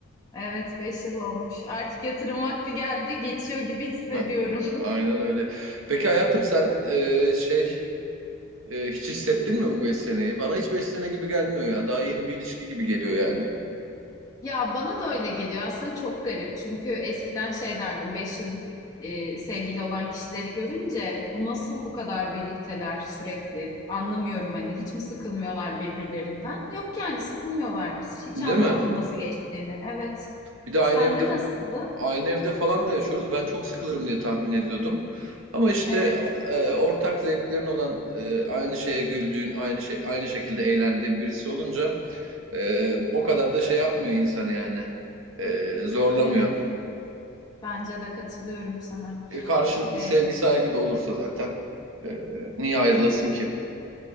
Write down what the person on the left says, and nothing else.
Evet 5 yıl olmuş. Artık yatırım vakti geldi, geçiyor gibi hissediyorum.
<laughs>
Ya bana da öyle geliyor. Aslında çok garip. Çünkü eskiden şey derdim 5 yıllık e, sevgili olan kişileri görünce "Ya nasıl bu kadar birlikteler sürekli? Anlamıyorum hani hiç mi sıkılmıyorlar birbirlerinden? Yok yani sıkılmıyorlarmış. Hiç
anlamadım
nasıl geçtiğini. Evet.
Sende
nasıldı?
Evet.
Evet. Bence de katılıyorum sana.
E,